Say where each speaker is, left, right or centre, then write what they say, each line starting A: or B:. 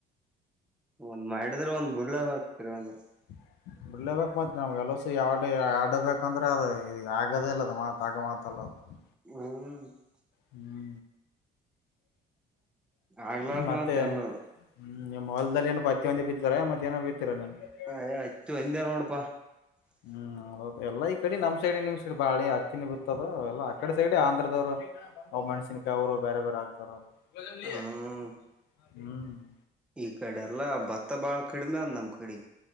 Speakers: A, in the centre; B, on the left.
A: ಒಂದ್ ಮಾಡಿದ್ರೆ ಒಂದ್ ಬುಳ್ಳಲ್ಲೇ ಬೇಕ ಕರೆಂದರು. <unintelligible>
B: <unintelligible> ಬಿಡಲೇ ಬೇಕ ಮತ್ತ ನಮಗ ಅನಸ್ತು ಯಾವ ಡೇ ಆಡಬೇಕಂದ್ರೆ ಅದ ಈ ಆಗದೇ ಇಲ್ಲದ ಮಾತ್ ಆಗ ಮಾತ ಅಲ್ಲದ. <unintelligible>
A: ಹೂ. <unintelligible>
B: ಹೂ
A: ಆಗ್ಲಾರ
B: ಮತ್ತೆ.
A: ಮಾತ್ ಎಲ್ಲ
B: <inaudible> <unintelligible> ಹೂ ನಿಮ್ಮ ಹೊಲದಲ್ಲಿ ಏನೋ ಪತ್ತಿ ಒಂದಿ ಬಿತ್ತರಾ ಏನ್ ಮತ್ತ ಏನರ ಬತ್ತೀರ ಅಲ್ಲ ನೀವ್. <unintelligible>
A: ಏ ಅಚ್ಚು ಹಿಂದೆ ನೋಡಪಾ? <unintelligible>
B: <unintelligible> ಮತ್ತ ಎಲ್ಲ ಈ ಕಡೆ ನಮ್ಮ ಸೈಡ್ ನಿಮ್ಮ ಸೈಡ್ ಬಾಳಿ ಹಚ್ಚಿನಿ ಬಿತ್ತದ ಎಲ್ಲಾ ಆಕಡೆ ಸೈಡ್ ಆಂಧ್ರದವರು. <unintelligible> ಅವ ಮೆಣಸಿನಕಾಯಿ ಅವರು ಬೇರೆ ಬೇರೆ ಹಾಗ್ತಾರ ಅವರ್. <inaudible> <unintelligible>
A: ಹ್ಮ್
B: ಹೂ. <unintelligible>
A: ಈ ಕಡೆ ಎಲ್ಲಾ ಭತ್ತ ಬಾಳ ಕಡಿಮೆ ಅಂದ ನಮ್ಮ ಕಡೆಗೆ. <unintelligible>